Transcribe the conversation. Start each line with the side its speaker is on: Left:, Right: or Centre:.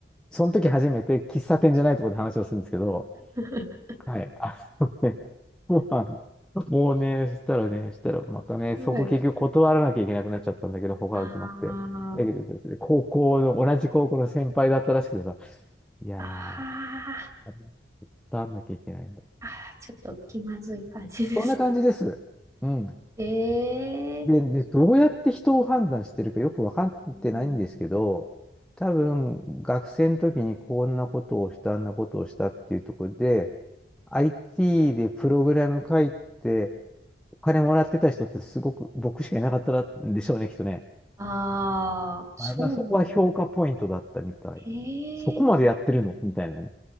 Centre: その時初めて喫茶店じゃないところで話をするんですけど、
Right: <laughs>
Centre: はい。あのね、<laughs> そうなんだもうね、そしたらね、そしたらまたね、
Right: はい。
Centre: そこ結局断らなきゃいけなくなっちゃったんだけど、他が決まって。
Right: ああ、
Centre: だけどですね、高校の、同じ高校の先輩だったらしくてさ、いや
Right: ああ、
Centre: ー、断らなきゃいけないんだ。
Right: あーちょっと気まずい感じです。
Centre: そんな感じです。うん。
Right: ええ
Centre: で、で、どうやって人を判断してるかよく分かってないんですけど、
Right: ー、うん
Centre: 多分、学生の時にこんなことをした、あんなことをしたっていうところで、IT でプログラム書いて、金もらってた人ってすごく僕しかいなかったんでしょうね、きっとね。
Right: ああ、そうなん、
Centre: まあ、まあ、そこは評価ポイントだったみたい。
Right: ええ
Centre: そこまでやってるのみたいなね。